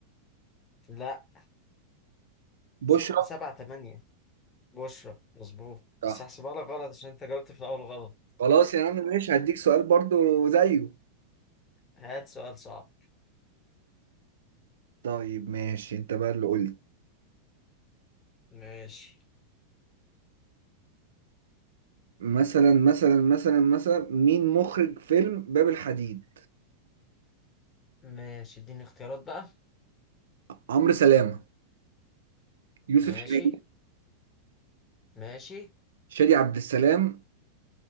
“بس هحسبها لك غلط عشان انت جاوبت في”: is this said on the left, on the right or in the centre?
Left